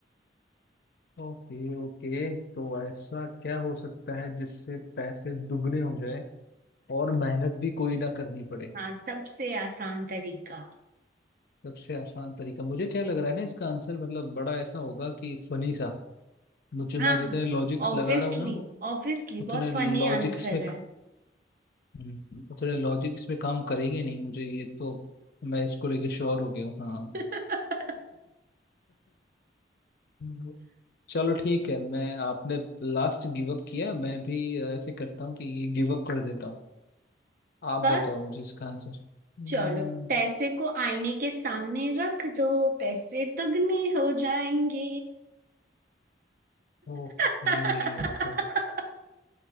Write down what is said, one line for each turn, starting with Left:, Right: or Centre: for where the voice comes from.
Left: ओके ओके तो ऐसा क्या हो सकता है जिससे पैसे दुगने हो जाए और मेहनत भी कोई ना करनी पड़े
Right: हाँ सबसे आसान तरीका
Left: सबसे आसान तरीका मुझे क्या लग रहा है ना इसका आंसर मतलब बड़ा ऐसा होगा कि फनी सा मुझे मैं
Right: हाँ
Left: जितने लॉजिक्स
Right: ऑब्वियसली
Left: लगा रहा हूँ ना वो
Right: ऑब्वियसली
Left: उतने
Right: बहुत फनी
Left: लॉजिक
Right: आंसर
Left: इसमें
Right: है
Left: हम्म, उतने लॉजिक इसमें काम करेंगे नहीं मुझे ये तो मैं इसको लेके श्योर हो गया हूँ हाँ
Right: <laughs>
Left: <laughs> चलो ठीक है मैं आपने लास्ट गिव अप किया मैं भी ऐसे करता हूँ कि ये गिव अप कर देता हूँ आप बताओ
Right: बस
Left: मुझे इसका आंसर हम्म,
Right: चलो पैसे को आईने के सामने रख दो पैसे दुगने हो जाएंगे
Left: ओके
Right: <laughs>
Left: मतलब